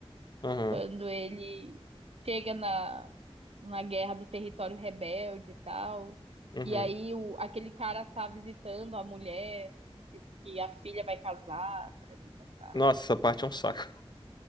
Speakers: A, on the left; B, on the right.
A: Aham,
B: quando ele chega na, na guerra do território rebelde e tal.
A: uhum.
B: E aí o, aquele cara tá visitando a mulher, que a filha vai casar, parari, parará.
A: Nossa, essa parte é um saco.